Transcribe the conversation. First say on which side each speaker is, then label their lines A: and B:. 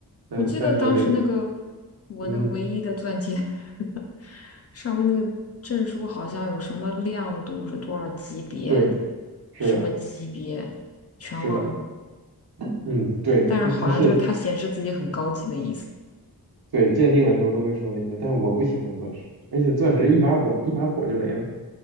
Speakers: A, on the right (about 70°); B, on the left (about 40°).
A: 但是但是这个
B: 我记得当时那个我那个唯一的钻戒
A: 嗯
B: <laughs> 上面那个证书好像有什么亮度是多少级别，
A: 对是的
B: 什么级别，全忘了。
A: 是的嗯对它它是
B: 但是好像就是它显示自己很高级的意思。
A: 对鉴定的时候都会说那些，但是我不喜欢钻石，而且钻石一把火一把火就没了，
B: 哦，